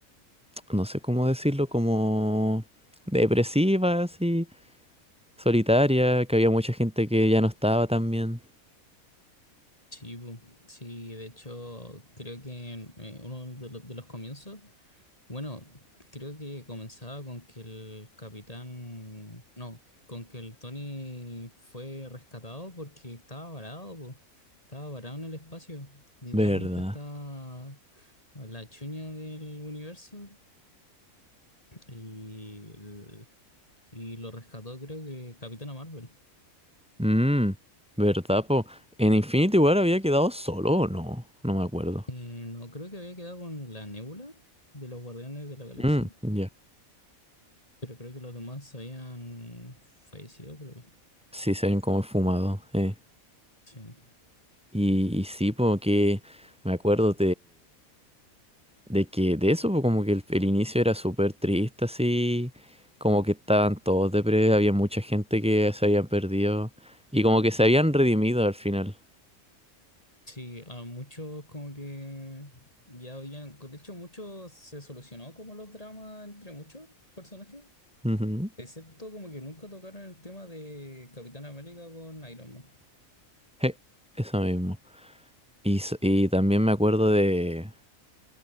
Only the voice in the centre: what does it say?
no sé cómo decirlo, como depresiva así, solitaria, que había mucha gente que ya no estaba tan bien.
¿Verdad?
Mm, ¿verdad, po? ¿En Infinity War había quedado solo o no? No me acuerdo.
Mm, ya.
Sí, se ven como fumado, eh.
Y, y sí, porque me acuerdo De que de eso, pues, como que el, el inicio era súper triste, así, como que estaban todos deprimidos, había mucha gente que se habían perdido y como que se habían redimido al final.
Ujú.
Je, eso mismo. Y, s- y también me acuerdo de,